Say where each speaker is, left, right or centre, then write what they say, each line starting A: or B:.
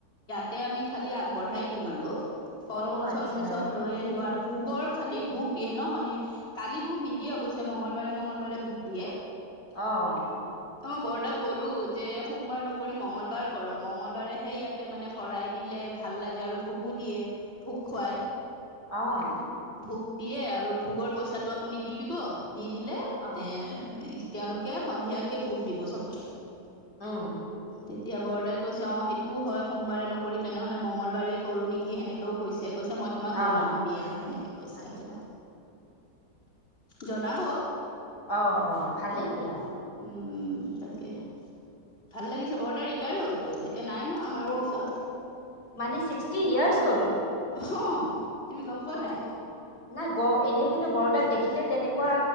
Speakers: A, on the left; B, on the left.
A: তেতিয়া খালী আগ বঢ়াই দিম আৰু ফল
B: অ
A: মূল
B: আচ্ছা
A: চল মূল সব লৈ আহিব আৰু ভোগৰ খালি ভোগ দিয়ে ন শনি কালি ভোগ নিদিয়ে অৱশ্যে মঙ্গলবাৰে মঙ্গলবাৰে ভোগ দিয়ে
B: আহঁ
A: ত মই বৰদাক ক'লো যে সোমবাৰ নকৰি মঙ্গলবাৰ কৰ মঙ্গলবাৰেহে ইয়াতে মানে শৰাই দিলে ভাল লাগে আৰু ভোগো দিয়ে ভোগ খুৱাই
B: আহ
A: ভোগ দিয়ে আৰু ভোগৰ পইচাটো আপুনি দি দিব দি দিলে
B: অ
A: এ তেওঁলোকে সন্ধিয়াকে ভোগ দিব চবকে
B: উম
A: তেতিয়া বৰ বৰদাই কৈছে অঁ সেইটোও হয় সোমবাৰে নকৰি তেনেহ'লে মঙ্গলবাৰেই কৰোঁ নেকি সেনেকেও কৈছে কৈছে মই তোমাক
B: অ
A: জনাম দিয়া সেনেকে কৈছে
B: আচ্ছা
A: আৰু জনাব
B: অঁ অ ভালেই দিয়া
A: উম উম তাকে। ভাল লাগিছে বৰা দা ৰিটায়াৰ হ'লতো। এতিয়া নাই ন আমাৰ
B: অ',
A: অফিচত।
B: মানে ছিক্সটি ইয়াৰ্চ হ'ল
A: অ তুমি গম পোৱা
B: অ'।
A: নাই
B: নাই গ এনেই কিন্তু বৰদাক দেখিলে তেনেকুৱা।